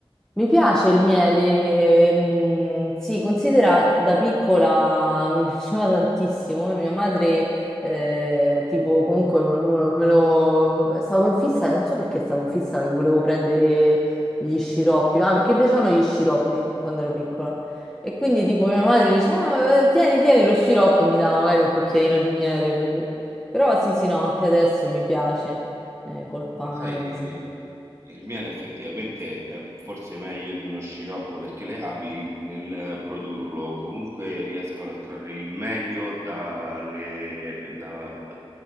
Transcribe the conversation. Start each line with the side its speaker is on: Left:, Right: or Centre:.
Centre: Mi piace il miele, ehm, sì, considera da piccola mi <laughs> piaceva tantissimo. e Mia madre, eh, tipo, comunque me lo, me lo- stavo in fissa, non so perché stavo in fissa che volevo prendere gli sciroppi, ma perché mi piacevano gli sciroppi quando ero piccola. E quindi, tipo, mia madre mi diceva, "Ah, eh, tieni, tieni lo sciroppo e mi dava magari un cucchiaino di miele così. Però sì, sì, no, anche adesso mi piace, eh, col pane
Right: Ma sai.
Centre: così.
Right: Il miele effettivamente è forse meglio di uno sciroppo perché le api nel produrlo comunque riescono a trarre il meglio dalle- da- da-